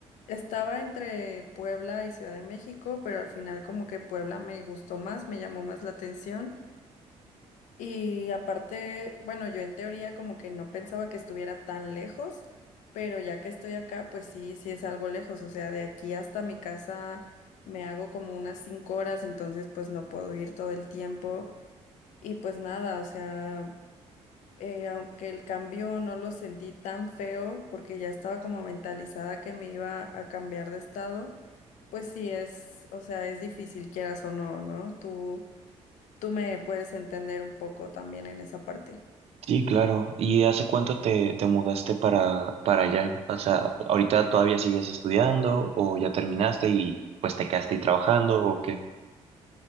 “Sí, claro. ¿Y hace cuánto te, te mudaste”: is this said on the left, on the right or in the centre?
Right